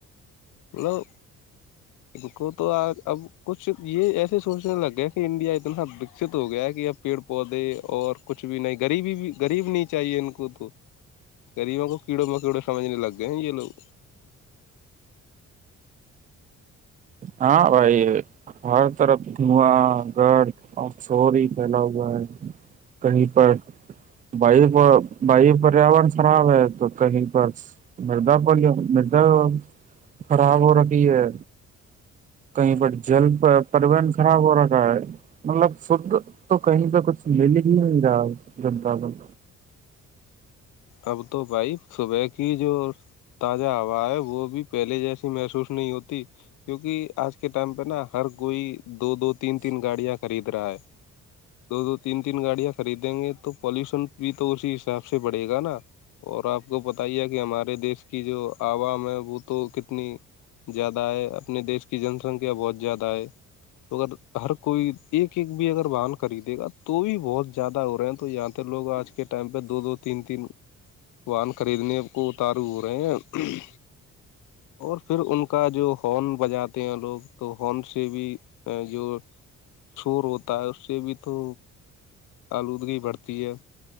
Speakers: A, on the left; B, on the right.
A: مطلب ان کو تو اب کچھ یہ ایسے سوچنے لگ گیا کہ انڈیا اتنا سا وکست ہو گیا ہے کہ اب پیڑ پودے اور کچھ بھی نہیں غریبی بھی غریب نہیں چاہیے ان کو تو غریبوں کو کیڑوں مکیڑے سجنے لگئے ہیں یہ لوگ
B: ہاں بھائی ہر طرف دھواں گرد اور سوری پھیلا ہوا ہے کہیں پر بھائی بھائی پریاورن خراب ہے تو کہیں پر مردہ پ مردا خراب ہو رکی ہے کہیں پر جل پرن خراب ہو رہا ہے مطلب خد تو کہیں پہ کچھ مل ہی نہیں رہا ہے جنتا دل
A: اب تو بھائی سب کی ہی جو تازہ ہوا ہے وہ بھی پہلے جیسی محسوس نہیں ہوتی کیوںکہ آج کے ٹائم پہ نا ہر کوئی دو دو تین تین گاڑیاں خرید رہا ہے دو دو تین تین گاڑیاں خریدیں گے تو پالوشن بھی تو اسی حساب سے بڑے گا گ نا اور آپ کو بت ہی ہے کہ ہمارے دیش کی جو عوام ہے وہ تو کتنی زیادہ ہے اپنے دیش کی جن سنکھیا بہت زیادہ ہے تو اگر ہر کوئی ایک ایک بھی اگر بن خریدے گا تو بھی بہت زیادہ ہو رہے ہیں تو یہاں لو آج کے ٹائم پ دو ت تین تین پان خریدنے کو اتارو ہو رہے ہیں اور پھر ان کا جو ہارن بجاتے ہیں لوگ تو ہارن سے بھی ا جو شور ہوتا ہے اس سے بھی تو آلودگی بڑھتی ہے